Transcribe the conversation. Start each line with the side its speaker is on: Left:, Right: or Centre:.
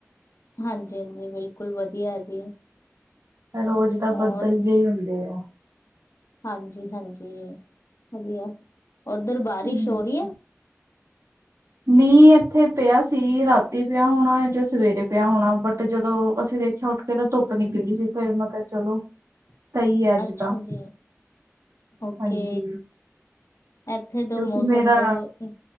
Left: ਹਾਂਜੀ-ਹਾਂਜੀ, ਬਿਲਕੁਲ ਵਧੀਆ ਜੀ।
Right: ਐ ਰੋਜ਼ ਤਾਂ
Left: ਹੋਰ
Right: ਬੱਦਲ ਜੇ ਈ ਹੁੰਦੇ ਆ।
Left: ਹਾਂਜੀ-ਹਾਂਜੀ, ਵਧੀਆ ਉੱਧਰ ਬਾਰਿਸ਼
Right: ਆ
Left: ਹੋ ਰੀ ਐ।
Right: ਮੀਂਹ ਇੱਥੇ ਪਿਆ ਸੀ ਰਾਤੀਂ ਪਿਆ ਹੋਣਾ ਜਾਂ ਸਵੇਰੇ ਪਿਆ ਹੋਣਾ ਬਟ ਜਦੋਂ ਅਸੀਂ ਦੇਖਿਆ ਉੱਠ <unintelligible> ਧੁੱਪ ਨਿਕਲੀ ਸੀ ਫੇਰ ਮੈਂ ਕਿਆ ਚਲੋ ਸਈ ਏ ਅੱਜ
Left: ਅੱਛਾ
Right: ਤਾਂ।
Left: ਜੀ ਓਕੇ
Right: ਹਾਂਜੀ,
Left: ਇੱਥੇ ਤਾਂ
Right: ਕਿਉਂਕਿ
Left: ਮੌਸਮ
Right: ਮੇਰਾ
Left: ਤੋਂ